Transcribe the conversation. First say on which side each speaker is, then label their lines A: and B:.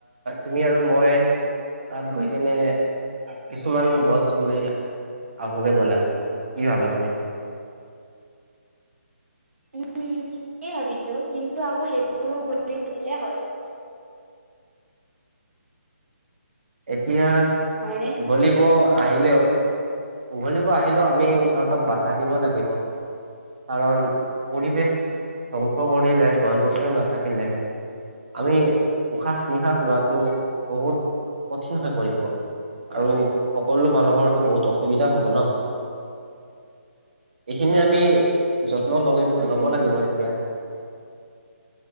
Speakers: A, on the right; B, on the right.
A: তুমি আৰু মই তাত গৈ কেনে কিছুমান গছ ৰুই আহোগে ব'লা কি ভাবা তুমি
B: উম ঠিকেই ভাবিছোঁ, কিন্তু আকৌ সেইবোৰো উ গধি মিলিলে হ'ল।
A: এতিয়া
B: হয়নে?
A: উঘলিব আহিলেওঁ উঘলিব আহিলেও আমি সিহঁতক বাধা দিব লাগিব। কাৰণ পৰিৱেশ ধ্বংস কৰিলে, গছ গছনি নাথাকিলে আমি উশাহ নিশাহ লোৱাটো বহুত কঠিন হৈ পৰিব। আৰু সকলো মানুহটো বহুত অস অসুবিধা হ'ব ন, এইখিনি আমি যত্ন ল
B: উম,
A: লব লাগিব এতিয়া।